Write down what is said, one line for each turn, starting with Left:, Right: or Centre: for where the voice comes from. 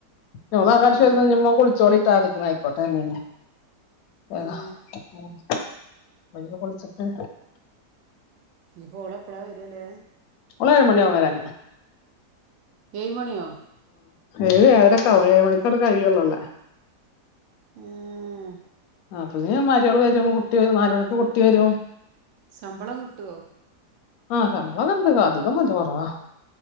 Left: എന്ന
Right: ഏ
Left: ശരിന്നാ ഇനി ഇങ്ങൾ കുളിച്ചോളിട്ടാ ന്നെ ആയിക്കോട്ടെറഞ്ഞേന്ന് ആഹ്
Right: ഏ
Left: മ്മ് ഇഞ്ഞിപ്പൊ കുളിച്ചിട്ട്.
Right: ഇനിപ്പോ ഓളെപ്പഴാ വരല്ലേ.
Left: ഓളേഴ്മണിയാവും വരാന്
Right: ഏഴ് മണിയോ
Left: ഏഴ് ഏഴരൊക്കെ ആവും ഏഴ് മണിക്കാ അവടെ കഴിയൊള്ള ഓളെ
Right: ഏ ഏ
Left: അപ്പൊത്തിന് മാരോള് വരും കുട്ടി വര് നാല്മണിക്ക് കുട്ടി വരും
Right: ശമ്പളം കിട്ടോ
Left: ആഹ് ശമ്പളം ഒക്കെണ്ട് അധികൊന്നുല്ല കൊറവാ